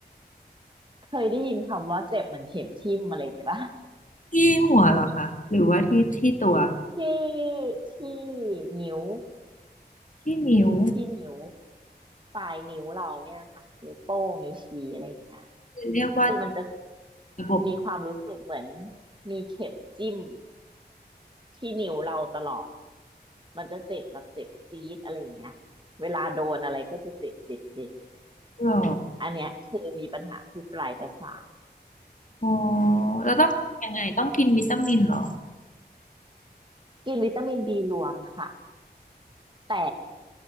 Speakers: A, on the right; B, on the left.
A: เคยได้ยินคำว่าเจ็บเหมือนเข็มทิ่มอะไรอย่างเงี้ยป่ะ <laughs>
B: ที่หัวเหรอคะหรือว่าที่ที่ตัว
A: ที่ที่นิ้ว
B: ที่นิ้ว
A: ที่นิ้วปลายนิ้วเราเนี่ยค่ะนิ้วโป้งนิ้วชี้อะไรอย่างเงี้ย
B: เรียกว่า
A: คือมันจะ
B: ระบบ
A: มีความรู้สึกเหมือนมีเข็มจิ้มที่นิ้วเราตลอดมันจะเจ็บแบบเจ็บจี๊ดอะไรอย่างเงี้ยเวลาโดนอะไรก็จะเจ็บเจ็บเจ็บ
B: หรอ
A: อันเนี้ยคือมีปัญหาที่ปลายประสาท
B: อ๋อแล้วต้องยังไงต้องกินวิตามินเหรอ
A: กินวิตามินบีรวมค่ะแต่